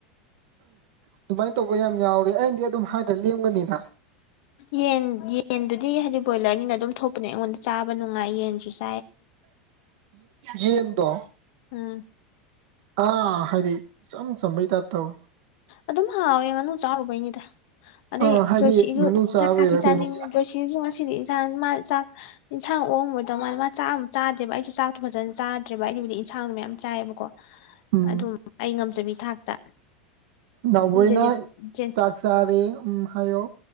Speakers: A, on the right; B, on the left.
A: ꯑꯗꯨꯃꯥꯏꯅ ꯇꯧꯕ ꯌꯥꯝ ꯌꯥꯎꯔꯦ ꯑꯩꯅꯗꯤ ꯑꯗꯨꯝ ꯍꯥꯏꯗꯔ ꯂꯦꯝꯒꯅꯤꯅ
B: ꯌꯦꯟ ꯌꯦꯟꯗꯨꯗꯤ ꯍꯥꯏꯗꯤ ꯕꯣꯏꯂꯔꯅꯤꯅ ꯑꯗꯨꯝ ꯊꯣꯛꯄꯅꯦ ꯑꯩꯉꯣꯟꯗ ꯆꯥꯕ ꯅꯨꯡꯉꯥꯏ ꯌꯦꯟꯁꯤꯁꯨ
A: ꯌꯦꯟꯗꯣ
B: ꯎꯝ
A: ꯑꯥ ꯍꯥꯏꯗꯤ ꯏꯆꯝ ꯆꯝꯕꯩ ꯇꯥꯏꯞ ꯇꯧꯋꯤ
B: ꯑꯗꯨꯝ ꯍꯥꯎꯦ ꯉꯥꯅꯨ ꯆꯥꯔꯨꯕꯩꯅꯤꯗ ꯑꯗꯩ
A: ꯑꯥ ꯍꯥꯏꯗꯤ
B: ꯖꯣꯏꯁꯤꯁꯨ
A: ꯉꯥꯅꯨ ꯆꯥꯕꯩꯔꯥ
B: ꯆꯥꯗꯤ ꯆꯥꯅꯤꯡꯉꯤ
A: ꯀꯩꯅꯣ
B: ꯖꯣꯏꯁꯤꯁꯨ ꯉꯁꯤꯗꯤ ꯏꯟꯁꯥꯡ ꯃꯥ ꯆꯥꯛ ꯏꯟꯁꯥꯡ ꯑꯣꯝꯑꯝꯃꯣꯏꯗꯧ ꯃꯥꯝꯂꯦ ꯃꯥ ꯆꯥꯛ ꯑꯝ ꯆꯥꯗ꯭ꯔꯦꯕ ꯑꯩꯁꯨ ꯆꯥꯛꯇꯣ ꯐꯖꯅ ꯆꯥꯗ꯭ꯔꯦꯕ ꯑꯩꯒꯤꯕꯨꯗꯤ ꯏꯟꯁꯥꯡꯗꯣ ꯃꯌꯥꯝ ꯆꯥꯏꯑꯦꯕꯀꯣ
A: ꯎꯝ
B: ꯑꯗꯨꯝ ꯑꯩ ꯉꯝꯖꯕꯤ ꯊꯥꯛꯇ
A: ꯅꯥꯎꯕꯣꯢꯅ
B: ꯖꯦꯅꯤ ꯖꯦꯟ
A: ꯆꯥꯛ ꯆꯥꯔꯦ ꯑꯝ ꯍꯥꯢꯌꯣ